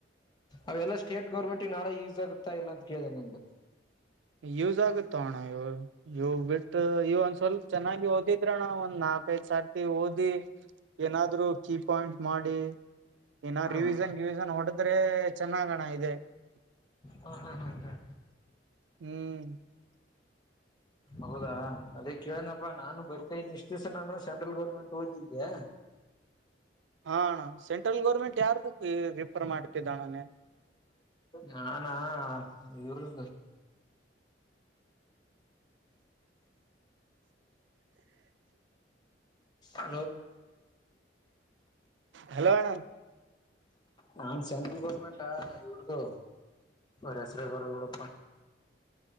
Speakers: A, on the left; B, on the right.
A: ಅವೆಲ್ಲಾ ಸ್ಟೇಟ್ ಗೌರ್ಮೆಂಟ್ ನಾಳೆ ಯೂಸ್ ಆಗುತ್ತಾ ಇಲ್ಲ ಅಂತ ಕೇಳಿದೆ ನಮು
B: ಯೂಸ್ ಆಗುತ್ತ ಅಣ ಇವ ಇವ್ ಬಿಟ್ಟು ಇವ ಒಂದ್ ಸ್ವಲ್ಪ್ ಚೆನ್ನಾಗಿ ಓದಿದ್ರಣ್ಣ ಒಂದ್ ನಾಕು ಕೈ ಸರ್ತಿ ಓದಿ ಏನಾದ್ರು ಕೀ ಪಾಯಿಂಟ್ ಮಾಡಿ ಇನ್ನ
A: ಹ
B: ರಿವೀಜನ್ ಕಿವಿಷನ್ ಹೊಡದ್ರೆ ಚೆನ್ನಾಗಣ ಇದೆ
A: ಹ ಹಾ ಹಾ ಹಾ
B: ಹ್ಮ್
A: ಹೌದಾ ಅದೇ ಕೇಳನಪ್ಪಾ ನಾನು ಬರ್ತಾ ಇದನ ಇಷ್ಟು ದಿವ್ಸ ನಾನು ಸೆಂಟ್ರಲ್ ಗೌರ್ಮೆಂಟ್ ಓದಿದ್ದ್ಯಾ
B: ಹಣ ಸೆಂಟ್ರಲ್ ಗೌರ್ಮೆಂಟ್ ಯಾರ್ ಬುಕ್ ರಿಫರ್ ಮಾಡ್ತಿದ್ದಣ ನೀನ್
A: ನಾನಾ ಐೂರು ಅ
B: ಹಲೋಣ
A: ನನ್ ಸೆಂಟ್ರಲ್ ಗೋರ್ಮೆಂಟ್ಾ ಇಗ ಒ ಹೆಸ್ರ ಬರಳ್ಳಡಪ್ಪ